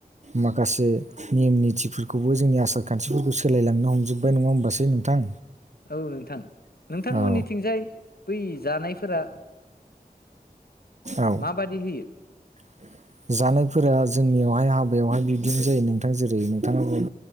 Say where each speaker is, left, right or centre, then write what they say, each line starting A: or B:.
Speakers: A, on the right; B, on the left.
A: माखासे निमनि निथिफोरखौबो जोंनि आसार खान्थिफोरखौ सोलायलांनो हमजोब्बाय नङा होमबासै नोंथां?
B: औ नोंथां नोंथांमोननिथिंजाय
A: औ
B: बै जानायफोरा
A: औ
B: माबादि होयो?
A: <inaudible> जानायफोरा जोंनियावहाय हाबायावहाय बिबदिनो जायो नोंथां जेरै नोंथाङा बुंदों